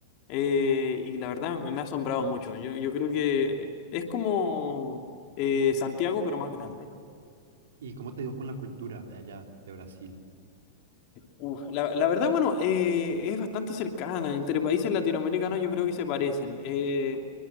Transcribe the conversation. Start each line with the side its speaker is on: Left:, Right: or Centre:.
Left: eh, y la verdad me me ha asombrado mucho. Yo, yo creo que es como eh, Santiago, pero más grande.
Right: ¿Y cómo te dio con la cultura de allá, de Brasil?
Left: Uf, la, la verdad, bueno, eh, es bastante cercana. Entre países latinoamericanos yo creo que se parecen. Eh,